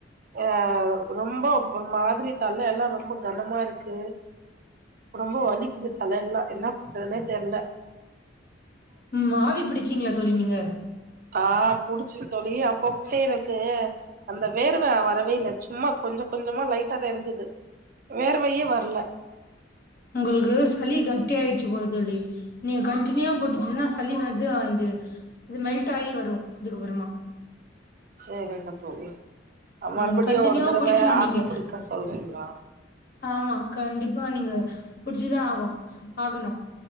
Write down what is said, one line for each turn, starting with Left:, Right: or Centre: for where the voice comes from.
Right: அ ரொம்போ ஒரு மாதிரி தல எல்லா ரொம்போ‌ கனமா இருக்கு ரொம்போ வலிக்குது தல எல்லா என்ன ‌பண்றதுனே தெர்ல
Left: உம் ஆவி பிடிச்சீங்களா தோழி நீங்க
Right: ஆ புடிச்சே தோழி அப்போ கூட எனக்கு இருக்கு அந்த வேர்வ வரவே இல்ல சும்மா கொஞ்சோ கொஞ்சமா லைட்டா தா எரிஞ்சது வேர்வையே வரல
Left: உங்குளுக்கு சளி கட்டி ஆயிடுச்சு போல தோழி நீங்க கண்டினியூவா புடிச்சி இன்னா சளி வந்து அது மெல்ட் ஆயி வரோ அதுக்கப்புறமா
Right: சேரிங்க தோழி மறுபடியு
Left: ம் கண்டினியூவா
Right: ஒரு தடவ
Left: புடிக்கணு
Right: ஆவி
Left: நீங்க
Right: ‌புடிக்க சொல்றீங்களா
Left: ஆமா கண்டிப்பா நீங்க புடிச்சிதா ஆகு ஆகணு